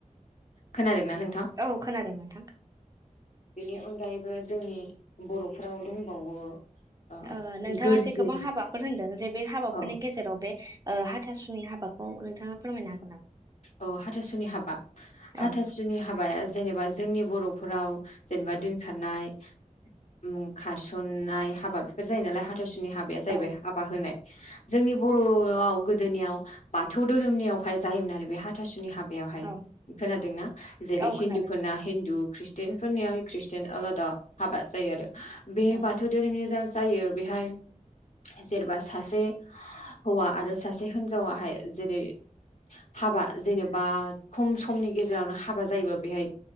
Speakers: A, on the left; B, on the right.
A: खोनादों। नोंथां
B: औ खोनादों नोंथां
A: बेनि अनगायैबो जोंनि। बर'फ्राव दंबावो। ओ
B: ओनोंथाङा
A: गोरजि
B: जे गोबां हाबाफोर होनदों जे बे हाबाफोरनि
A: औ
B: गेजेराव बे। ओ हाथासुनि हाबाखौ नोंथाङा फोरमायनो हागोन नामा।
A: औ हाथासुनि हाबा हाथासुनि
B: औ
A: हाब। बाया जेनेबा जोंनि बर'फोराव जेनेबा दोनखारनाय। उ खारसननाय हाबा बेफोर जायो नालाय हाथाइसुनि हाबाया जाहैबाय
B: औ
A: हाबा होनाय। जोंनि बर'आव गोदोनियाव बाथौ धोरोमनियावहाय जायोमोन आरो बे हाथासुनि हाब। बेवहाय
B: औ
A: खोनादोंना जेरै
B: औ
A: हिन्दुफोरना
B: खोनादों नोंथां
A: हिन्दु। खृषटियानफोरनियाहाय खृषटियान आलादा हाबा जायो आरो बे
B: औ
A: बाथौ धोरोमनि जा। जायो बेहाय। जेरबा सासे हौवा आरो सासे हिनजावाहाय जेरै। हाबा जेनेबा खम समनि गेजेरावनो हाबा जायोब बेहाय